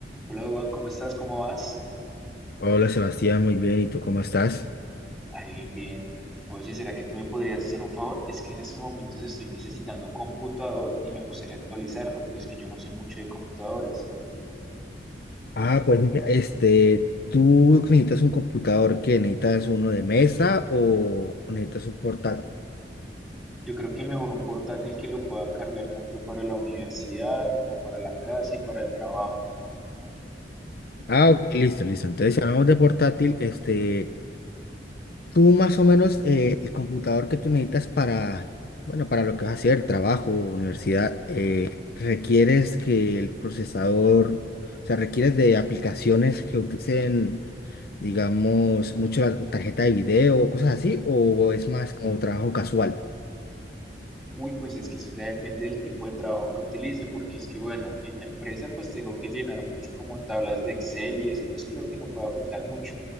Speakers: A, in the centre; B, on the left (about 60°).
A: Hola, Dubán, ¿cómo estás? ¿Cómo vas?
B: Hola Sebastián, muy bien. ¿Y tú cómo estás?
A: Ahí bien, bien. Oye, ¿será que tú me podrías hacer un favor? Es que en estos momentos estoy necesitando computador y me gustaría actualizarlo, pero es que yo no sé mucho de computadores.
B: Ah, pues mira, este, ¿tú necesitas un computador que necesitas uno de mesa o necesitas un portátil?
A: Yo creo que mejor un portátil que lo pueda cargar tanto para la universidad como para la casa y para el trabajo.
B: Ah, ok, listo, listo. Entonces, si hablamos de portátil, este, tú más o menos eh, el computador que tú necesitas para, bueno, para lo que vas a hacer, trabajo, universidad, requieres que el procesador, o sea, requieres de aplicaciones que utilicen, digamos, mucho la tarjeta de video o cosas así, o es más como trabajo casual.
A: Uy, pues es que eso ya depende del tipo de trabajo que utilice, porque es que, bueno, en la empresa pues tengo que llenar mucho como tablas de Excel y eso pues creo que no puede afectar mucho.